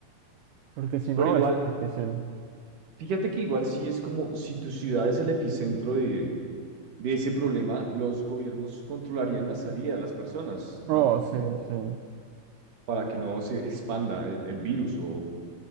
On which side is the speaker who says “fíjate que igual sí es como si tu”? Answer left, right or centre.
Right